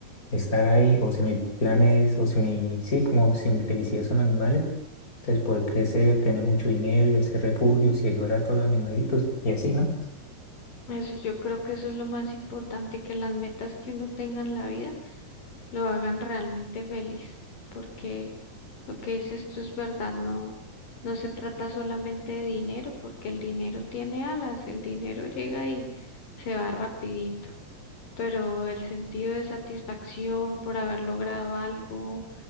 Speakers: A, on the left; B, on the left.
A: estar ahí, o si mis planes, o si mi, sí, como si mi felicidad son animales, entonces poder crecer, tener mucho dinero y hacer refugios y ayudar a todos los animalitos, y así, ¿no?
B: Eso yo creo que eso es lo más importante, que las metas que uno tenga en la vida lo hagan realmente feliz, porque lo que dices tú es verdad, no, no se trata solamente de dinero, porque el dinero tiene alas, el dinero llega y se va rapidito, pero el sentido de satisfacción por haber logrado algo,